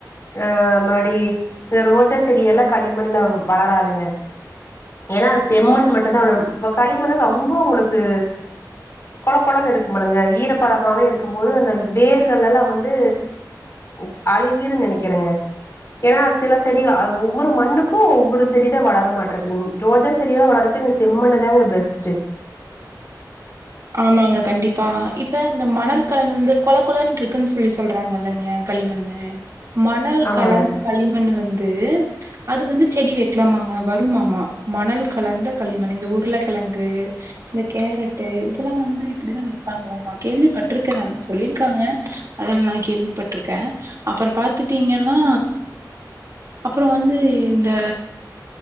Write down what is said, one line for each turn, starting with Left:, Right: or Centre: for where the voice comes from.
Left: அஹ் மடி ரோஜா செடி எல்லா களிமண்ல வளராதுங்க ஏன்னா அது செம்மண் மட்டும் தா வளரும் களிமண்ணு ரொம்ப உங்களுக்கு கொல கொலன்னு இருக்கும் போலைங்க ஈரப்பதமாவே இருக்கும் போது அந்த வேர்கள் எல்லாம் வந்து உக் அழுகிறோம் நினைக்கிறங்க ஏன்னா சில செடி ஒவ்வொரு மண்ணுக்கும் ஒவ்வொரு செடி தா வளர மாட்ருகு ரோஜா செடியல்லாம் வள செம்மண்ணு தாங்க பெஸ்ட்
Right: ஆமாங்க கண்டிப்பா இப்ப இந்த மணல் கலந்து வந்து கொல கொலன்ட்டு இருக்குன்னு சொல்லி சொல்றாங்கல்லங்க களிமண்ணு மணல்
Left: ஆமாங்க
Right: கலந்து களிமண்ணு வந்து அது வந்து செடி வைக்கலாமாங்க வருமாமா மணல் கலந்த களிமண்ணு இந்த உருளக்கிழங்கு இந்த கேரட்டு லாமே வந்து இப்படிதா வைப்பாங்களாமா கேள்விப்பட்டிருக்கிறே சொல்லியிருக்காங்க அத நான் கேள்விப்பட்டிருக்கேன் அப்புறம் பார்த்துட்டீங்கன்னா அப்புறம் வந்து இந்த